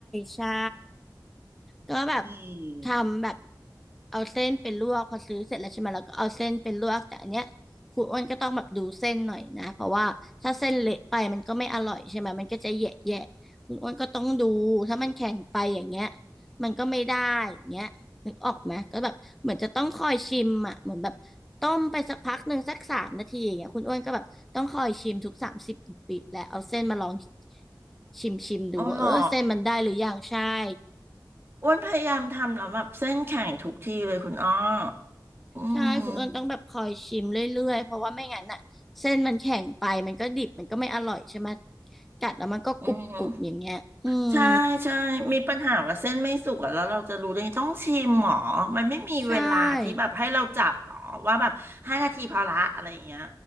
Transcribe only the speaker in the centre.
ใช่ ก็แบบ
ทำแบบเอาเส้นเป็นลวกพอซื้อเสร็จแล้วใช่ไหมแล้วก็เอาเส้นเป็นลวกแต่อันเนี้ยคุณอ้วนก็ต้องแบบดูเส้นหน่อยนะเพราะว่าถ้าเส้นเละไปมันก็ไม่อร่อยใช่ไหมมันก็จะแยะแยะคุณอ้วนก็ต้องดูถ้ามันแข็งไปอย่างเงี้ยมันก็ไม่ได้อย่างเงี้ยนึกออกไหมก็แบบเหมือนจะต้องคอยชิมอ่ะเหมือนแบบต้มไปสักพักหนึ่งสักสามนาทีอย่างเงี้ยคุณอ้วนก็แบบต้องคอยชิมทุกสามสิบวิแล้วเอาเส้นมาลองชิมชิมดูว่าเออเส้นมันได้หรือยังใช่
ใช่คุณอ้นต้องแบบคอยชิมเรื่อยๆ เพราะว่าไม่งั้นน่ะเส้นมันแข็งไปมันก็ดิบมันก็ไม่อร่อยใช่ไหมกัดแล้วมันก็กรุบๆอย่างเงี้ยอืม
ใช่